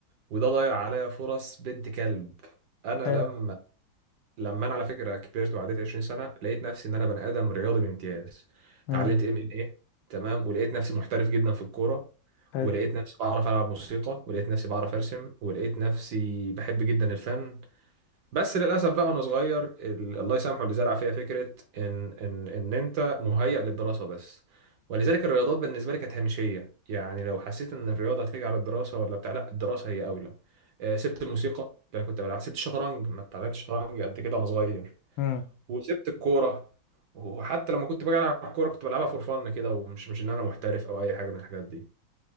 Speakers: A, on the right; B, on the left.
A: وده ضيع عليا فرص بنت كلب انا
B: حلو
A: لما لما انا على فكره كبرت وعديت 20 سنه لقيت نفسي ان انا بني ادم رياضي بامتياز
B: امم
A: اتعلمت ام ام ايه تمام ولقيت نفسي محترف جدا في الكوره
B: حلو
A: ولقيت نفسي بعرف العب موسيقى ولقيت نفسي بعرف ارسم ولقيت نفسي بحب جدا الفن بس للاسف بقى وانا صغير ال- الله يسامحه اللي زرع فيها فكره ان ان ان انت مهيئ للدراسه بس ولذلك الرياضات بالنسبه لي كانت هامشيه يعني لو حسيت ان الرياضه هتيجي على الدراسه ولا بتاع لا الدراسه هي اولى آه، سبت الموسيقى اللي انا كنت بلعب سبت الشطرنج ما اتعلمتش شطرنج قد كده وانا صغير
B: امم
A: وسبت الكوره وحتى لما كنت باجي العب الكوره كنت بلعبها فور فن كده ومش مش ان انا محترف او اي حاجه من الحاجات دي